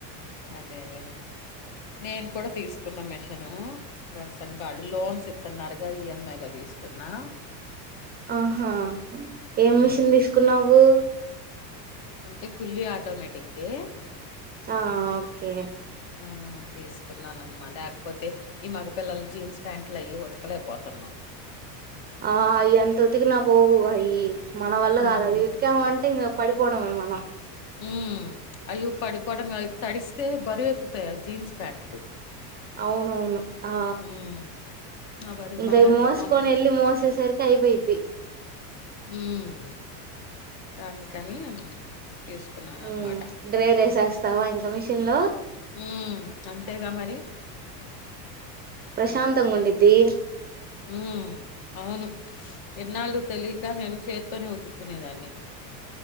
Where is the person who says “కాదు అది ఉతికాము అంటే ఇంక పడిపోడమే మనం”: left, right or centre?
Right